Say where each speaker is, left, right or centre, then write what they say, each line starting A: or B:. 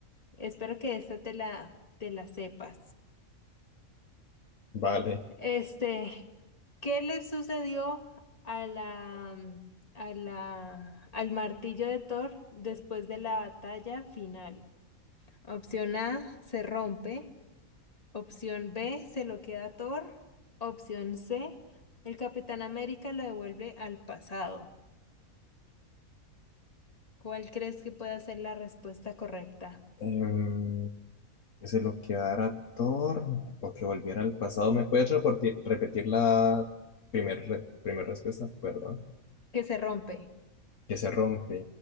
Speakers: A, on the left; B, on the left.
A: Espero que esta te la, te la sepas.
B: Vale.
A: Este, ¿qué le sucedió a la, a la, al martillo de Thor después de la batalla final? Opción A, se rompe. Opción B, se lo queda Thor. Opción C, el Capitán América lo devuelve al pasado. ¿Cuál crees que pueda ser la respuesta correcta?
B: em, que se lo quedara Thor o que volviera al pasado. ¿Me puedes reporti- repetir la primera primera respuesta? Perdón.
A: Que se rompe.
B: Que se rompe.